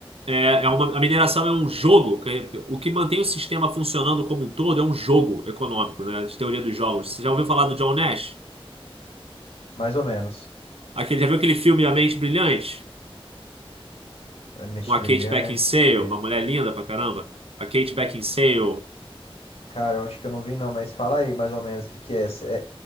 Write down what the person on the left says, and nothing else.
Mais ou menos.
É Mente
Brilhante.
Cara, eu acho que eu não vi não, mas fala aí mais ou menos o que que é. É,